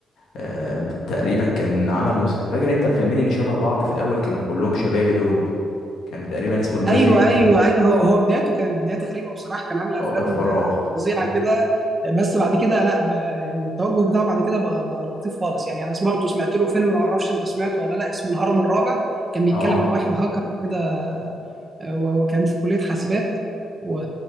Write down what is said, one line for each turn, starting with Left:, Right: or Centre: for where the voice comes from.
Left: آه، تقريبا كان عمل مس... فاكر انت الفيلمين اللي شبه بعض في الاول كانوا كلهم شبابي دول كان تقريبا اسمه الماجيك
Right: ايوه ايوه ايوه هو هو بدايته كانت بدايه غريبه بصراحه كان عامل افلام
Left: اوقات فراغ
Right: آه، فظيعه
Left: مم.
Right: كده آه، بس بعد كده لا بقى يعني التوجه بتاعه بعد كده بقى, بقى لطيف خالص يعني انا برضه سمعت له فيلم ما اعرفش انت سمعته ولا لا اسمه الهرم الرابع كان بيتكلم
Left: اه
Right: عن واحد هاكر كده آه، وكان في كليه حاسبات و-